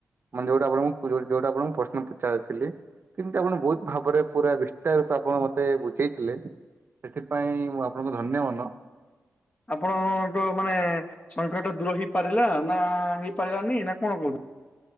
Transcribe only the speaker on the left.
ଆପଣଙ୍କ ମାନେ ସଂଖ୍ୟା ଟା ଦୂର ହେଇପାରିଲା ନା ହେଇପାରିଲାନି ନା କଣ କହୁ